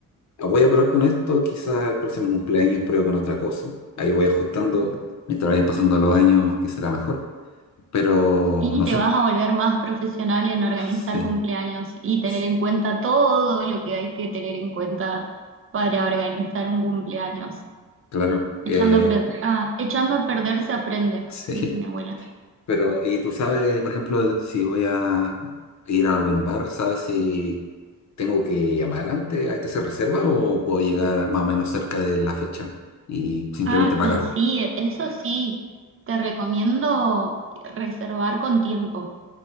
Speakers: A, on the left (about 50°); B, on the right (about 40°).
A: voy a probar con esto. Quizá el próximo cumpleaños pruebo con otra cosa. Ahí voy ajustando mientras vayan pasando los años, que será mejor. Pero
B: Y
A: no
B: te
A: sé,
B: vas a volver más profesional en organizar
A: sí,
B: cumpleaños y tener
A: s-
B: en cuenta todo lo que hay que tener en cuenta para organizar un cumpleaños.
A: claro. eh,
B: Echando a, pre- ah, echando a perder se aprende,
A: <laughs> sí.
B: dice mi abuela.
A: Pero, y tú sabes, por ejemplo, si voy a ir a algún bar, ¿sabes si tengo que llamar antes, hay que hacer reserva o puedo llegar más o menos cerca de la fecha y simplemente
B: Ah,
A: pagar?
B: sí, eso sí, te recomiendo reservar con tiempo,